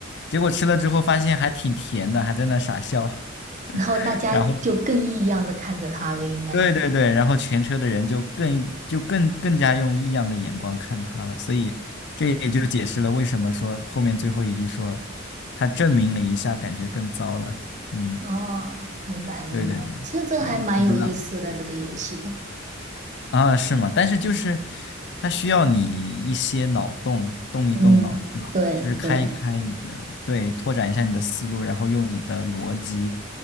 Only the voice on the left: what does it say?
结果吃了之后发现还挺甜的，还在那傻笑。<laughs>
然后
对对对，然后全车的人就更就更更加用异样的眼光看他了，所以这也就解释了为什么说后面最后一句说他证明了一下，感觉更糟了。嗯，
对对对对，
不知道。啊，是吗？但是就是它需要你一些脑洞，动一动脑脑，
就是开一开你的，对，拓展一下你的思路，然后用你的逻辑。